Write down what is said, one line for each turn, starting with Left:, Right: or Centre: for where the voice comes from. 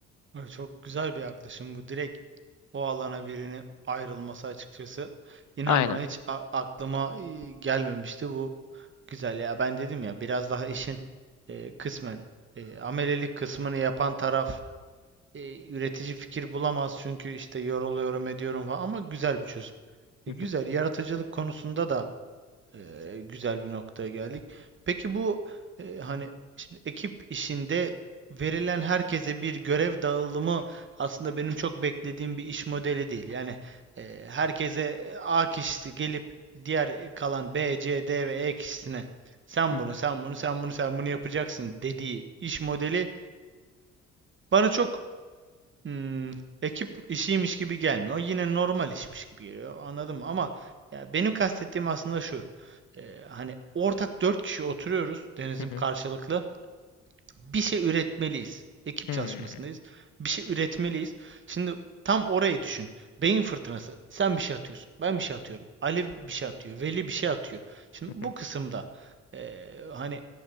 Right: Ay, Çok güzel bir yaklaşım bu. Direkt o alana birini ayrılması açıkçası. İnan
Left: Aynen.
Right: bana hiç a- aklıma e, gelmemişti bu. Güzel ya ben dedim ya biraz daha işin e, kısmen e, amelelik kısmını yapan taraf e, üretici fikir bulamaz çünkü işte yoruluyorum ediyorum falan ama güzel bir çözüm. E,
Left: Hı
Right: güzel
Left: hı,
Right: yaratıcılık konusunda da ee, güzel bir noktaya geldik. Peki bu e, hani şimdi ekip işinde verilen herkese bir görev dağılımı aslında benim çok beklediğim bir iş modeli değil. Yani e, herkese e, A kişisi gelip diğer kalan B, C, D ve E kişisine sen
Left: hı hı,
Right: bunu, sen bunu, sen bunu, sen bunu yapacaksın dediği iş modeli bana çok Hmm, ekip işiymiş gibi gelmiyor. Yine normal işmiş gibi geliyor. Anladım ama ya benim kastettiğim aslında şu. Ee, hani ortak dört kişi oturuyoruz denizim
Left: hı hı,
Right: karşılıklı bir şey üretmeliyiz. Ekip
Left: hı
Right: çalışmasındayız.
Left: hı,
Right: Bir şey üretmeliyiz. Şimdi tam orayı düşün. Beyin fırtınası. Sen bir şey atıyorsun. Ben bir şey atıyorum. Ali bir şey atıyor. Veli bir şey atıyor. Şimdi
Left: hı
Right: bu
Left: hı,
Right: kısımda eee, hani